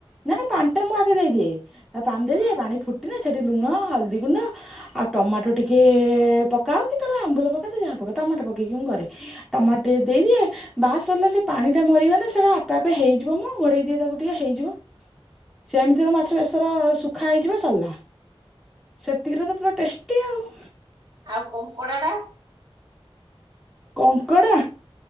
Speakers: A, in the centre; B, on the right.
A: ନା ନା ପାଣି ଟା ମୁଁ ଆଗେ ଦେଇଦିଏ ଆ ପାଣି ଦେଇଦିଏ
B: ହୁଁ
A: ପାଣି ଫୁଟି। ଟି ନେ ସେଠି ଲୁଣ ହଳଦୀ ଗୁଣ୍ଡ। ଆଉ ଟମାଟୋ ଟିକେ ପକାଅ କି ତର ଆମ୍ବୁଲ ପକା ତୁ ଯାହା ପକା ଟମାଟୋ ପକେଇକି ମୁଁ କରେ। ଟମାଟେ ଦେଇଦିଏ ବାସ ସରିଲେ ସେ ପାଣି ଟା ମରିଗଲେ ସେଟା ଆପେ ଆପେ ହେଇ। ଯିବମ ଘୋଡ଼େଇ ଦିଏ ତାକୁ ଟିକେ ହେଇଯିବ। ସେମିତିତ ମାଛ ବେଶର ଶୁଖା ହେଇଯିବ ସରିଲା। ସେତିକିରେ ତ ପୁରା ଟେଷ୍ଟି ଆଉ।
B: ଆଉ କଙ୍କଡା ଟା।
A: କଙ୍କଡ଼ା